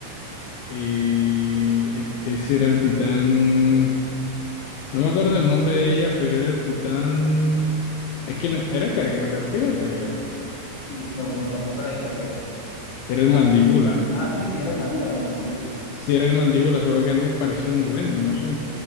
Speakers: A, on the left; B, on the left.
A: Eh, el- ese era el titán. No me acuerdo el nombre de ella, pero era el titán. Es que no, era el carguero, ¿te refieres al carguero?
B: Sí, no, no, tampoco era el carguero.
A: Era el
B: Ah,
A: mandíbula.
B: no. Ah, sí, sí, era el mandíbula, me confundí.
A: Sí, era el mandíbula, solo que antes parecía un duende, no sé,